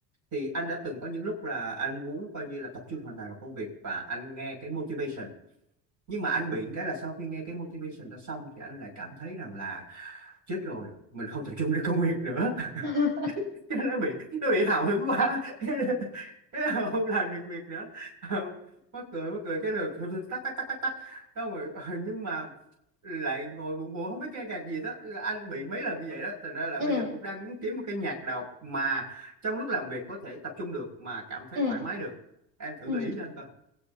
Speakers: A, on the right; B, on the right.
A: thì anh đã từng có những lúc là anh muốn coi như là tập trung hoàn toàn vào công việc và anh nghe cái motivation nhưng mà anh bị cái là sau khi nghe cái motivation đó xong thì anh lại cảm thấy rằng là chết rồi mình không tập trung được công việc nữa
B: <laughs>
A: <laughs> Cái nó bị nó bị hào hứng quá <laughs> Cái cái là không làm được việc nữa Ờ, mắc cười mắc cười cái lượt thôi thôi, tắc tắc tắc tắc tắc xong rồi ờ, nhưng mà lại ngồi buồn buồn không biết nghe nhạc gì đó là anh bị mấy lần như vậy đó thành ra là
B: ừ
A: bây giờ cũng đang muốn kiếm một cái nhạc nào mà trong lúc làm việc có thể tập trung được mà cảm thấy
B: ừ
A: thoải mái được em thử
B: ừ
A: gợi ý cho anh coi